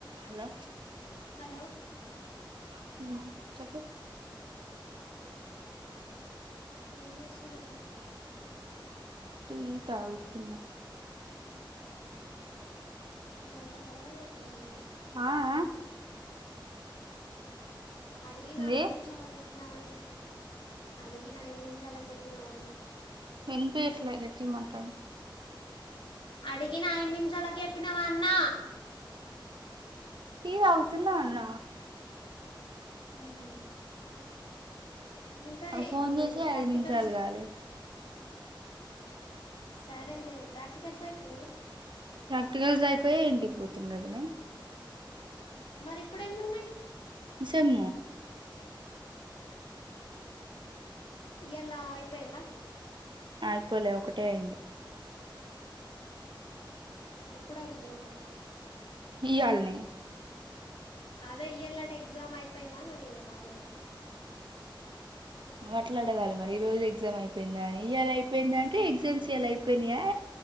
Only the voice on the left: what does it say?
hello
ఏం చేస్తున్నావే
గంట తర్వాత చేపినవ్
అడిగిన
ఐదు నిమిషాలకె నావవన్న అడిగిన ఐదు నిముషాలకి చెప్పినావన్న
అడిగిన ఐదు నిమిషాలకు చెప్పినవాన్నా
మ్మ్. ఇంకా
ఎన్ని
ప్రాక్టికల్స్
అయి-
సరేలే ప్రాక్టికల్స్ అయిపోయినాయ
మరి ఇప్పుడేమున్నాయి
ఇయ్యాల అయిపోయిందా
ఎప్పుడైంది ఒకటి
అదే ఇయ్యల్నే ఎగ్జామ్ అయిపోయిందా న అడిగిన మర్ నేను